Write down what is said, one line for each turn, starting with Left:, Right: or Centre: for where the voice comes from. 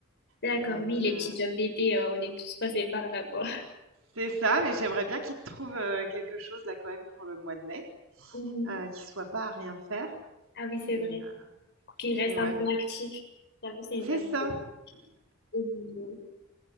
Left: d'accord,
Right: Donc,
Left: Oui, les
Right: euh,
Left: petits jobs d'été, euh, on est tous passés par là, quoi.
Right: c'est ça, mais j'aimerais bien qu'il trouve euh, quelque chose là quand même pour le mois de mai,
Left: mhm.
Right: euh, qu'il soit pas à rien faire.
Left: Ah oui, c'est
Right: Et,
Left: vrai.
Right: euh,
Left: Pour qu'ils restent
Right: et
Left: un
Right: ouais,
Left: peu
Right: voilà.
Left: actifs. J'avoue, c'est une bonne
Right: c'est
Left: idée.
Right: ça.
Left: Oui.